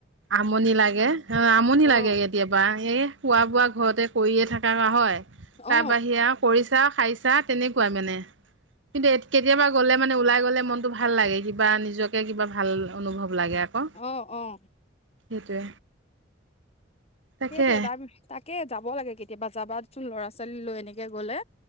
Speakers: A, on the right; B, on the left.
A: আমনি লাগে। অ, আমনি
B: অ
A: লাগে কেতিয়াবা এ খোৱা-বোৱা ঘৰতে কৰিয়ে থকা হয়
B: অ
A: তাৰ বাহিৰে আৰু কৰিছা, খাইছা তেনেকুৱাই মানে। কিন্তু কেতিয়াবা গ'লে মানে ওলাই গলে মনটো ভাল লাগে কিবা নিজকে কিবা ভাল অনুভৱ লাগে আকৌ
B: অহ অহ।
A: সেইটোৱে। তাকে
B: সেইটোয়ে তাৰ তাকে যাব লাগে কেতিয়াবা যাবাচোন ল'ৰা- ছোৱালী লৈ এনেকে গলে।